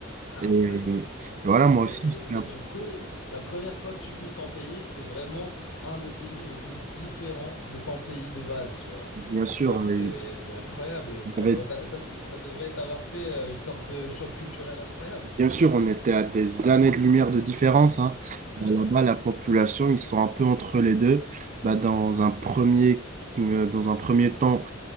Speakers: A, on the left; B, on the right.
A: Ah
B: Et, et
A: ouais.
B: voilà, moi
A: Et,
B: aussi, j'étais
A: et-
B: un-
A: et du coup, la première fois que tu quittes ton pays, c'était vraiment un des pays les plus différents de ton pays de base, tu vois.
B: bien sûr,
A: Donc c'est
B: euh,
A: c'est incroyable.
B: il
A: Ça
B: y avait
A: doit t'a- ça, ça devrait t'avoir fait euh, une sorte de choc culturel incroyable.
B: Bien sûr, on était à des années-lumière de différence, hein.
A: Ouais, ouais.
B: Bah, Là-bas, la population, ils sont un peu entre les deux. Bah, dans un premier, euh, dans un premier temps,